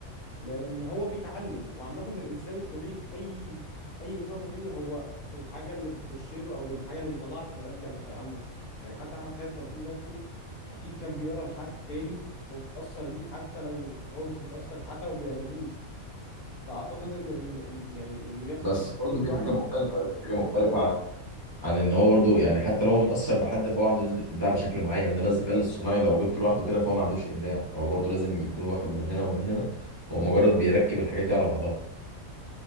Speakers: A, on the left; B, on the right.
A: لان هو بيتعلم وعامه الانسان الطبيعي في اي اي انسان طبيعي هو الحاجه اللي بتخش له او الحاجه اللي بيطلعها بتبقى ناتجه عن التعلم يعني حتى احمد خالد توفيق نفسه اكيد كان بيقرا لحد تاني ومتاثر بيه حتى لو هو مش متاثر حتى لو ما بيقلدوش فاعتقد ان ان إن يعني اللي بيحصل
B: بس
A: في الذكاء
B: برضه دي
A: الاصطناعي
B: حاجه مختلفه دي حاجه مختلفه عن عن ان هو برضه يعني حتى لو هو متاثر بحد فهو عنده نسبه ابداع بشكل معين انما الذكاء الاصطناعي لو جبته لوحده كده فهو ما عندوش ابداع هو برضه لازم يكون واخد من هنا ومن هنا هو مجرد بيركب الحاجات دي على بعضها